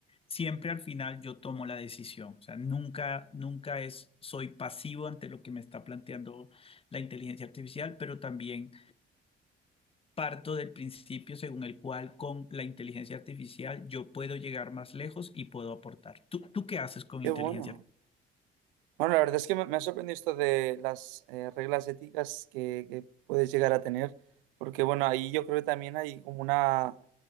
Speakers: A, on the left; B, on the right.
A: siempre al final yo tomo la decisión. O sea, nunca, nunca es, soy pasivo ante lo que me está planteando la inteligencia artificial, pero también parto del principio según el cual con la inteligencia artificial yo puedo llegar más lejos y puedo aportar. ¿Tú, tú qué haces con
B: qué
A: inteligencia
B: bueno.
A: artificial?
B: Bueno, la verdad es que me, me ha sorprendido esto de las eh, reglas éticas que, que puedes llegar a tener, porque bueno, ahí yo creo que también hay como una,